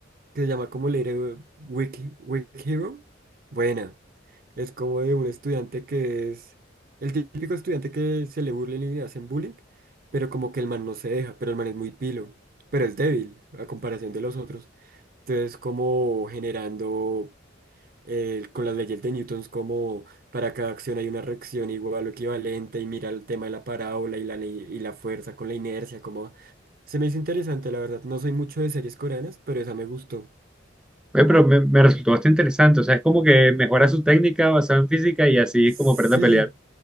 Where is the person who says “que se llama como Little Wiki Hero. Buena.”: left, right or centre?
Right